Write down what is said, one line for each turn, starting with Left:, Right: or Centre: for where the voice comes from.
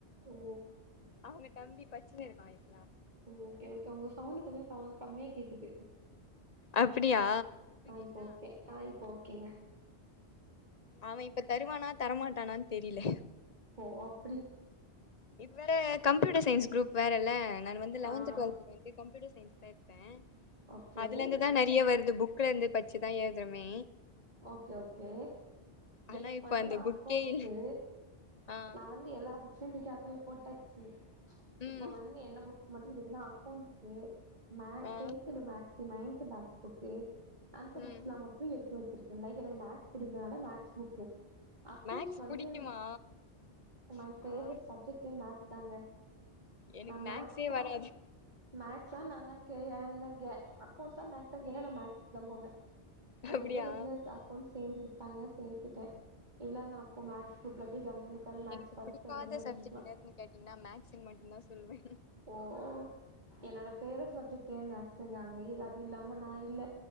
Right: ஓ
Left: அவங்க தம்பி பச்சுனு இருக்கான் இப்
Right: ஓகே ஓகே ஒங்க சவுண்ட் கொஞ்சோ சவுண்ட் கம்மியா கேக்குது
Left: அப்பிடியா
Right: ஆ இப்போ ஓகே ஆ இப்போ ஓகேங்க
Left: அவன் இப்ப தருவானா தரமாட்டானனு தெரியல
Right: ஓ அப்டி
Left: இது வேற கம் கம்யூட்டர் சயின்ஸ் குரூப் வேற இல்ல நா வந்து லெவன்த்
Right: ஆ
Left: டுவெல்துக்கு வந்து கம்யூட்டர் சயின்ஸ் தா எடுத்தே
Right: ஓகே
Left: அதுல இருந்துதா நெற்யா வருது புக்ல இருந்து பச்சுதா ஏழுதுமே
Right: ஓகே ஓகே
Left: ஆனா
Right: எனக்கு
Left: இப்ப
Right: வந்து
Left: அந்த
Right: நான
Left: புக்கே
Right: அக்கொன்சு
Left: இல்ல ஆ
Right: நான வந்து எல்லா ச சில் தூக்கி அட்துல போட்டாச்சு
Left: ம்
Right: இப்ப வந்து என்ன புக்ஸ் மட்டு இக்குன்னா அக்கொண்ட்சு மேக்
Left: ஆ
Right: டென்த்ல மேக்ஸ் நையன்த்ல மேக்ஸ் புக்கு அந்த
Left: ம்
Right: புக்ஸ்லா மட்டு எடுத்து வெச்சு லைக் எனக்கு மேக்ஸ் புடிக்குனால மேக்ஸ் புக்கு அக்கௌண்ட்ஸ்
Left: மேக்ஸ்
Right: வந்து
Left: புடிக்குமா
Right: மை
Left: ஆமா
Right: பேவரட் சப்ஜெக்டே மேக்ஸ் தாங்க
Left: எனக்கு
Right: நா
Left: மேக்ஸே
Right: மேக்ஸா
Left: வராது
Right: மேக்ஸா நா தா கேயே இல்லங்கெ அக்கவுண்ட்ஸ மேக்ஸன்னு கேட்டா நா மேக்ஸ் தா போவே பட்
Left: அப்டியா
Right: ஏதோ ஒரு இதுல அக்கௌண்ட் சேந்து விட்டாங்க சேத்துட்டே இல்ல நாக்கு மேக்ஸ் ரூப் பெடுது ஜம்முனு உக்காந்து மேக்ஸ்
Left: எனக்கு
Right: பாத்து
Left: பிடிக்காத
Right: சென்டமே அடிச்சிருக்கலா
Left: சப்ஜெக்ட் எதுன்னு கேட்டீங்கன்னா மேக்ஸ்ன்னு மட்டும்தா சொல்லுவே
Right: ஓ ஓ என்னோட பேவரட் சப்ஜெக்ட்யே மேக்சுங்க மேய்ல் அது இல்லாம நா இல்ல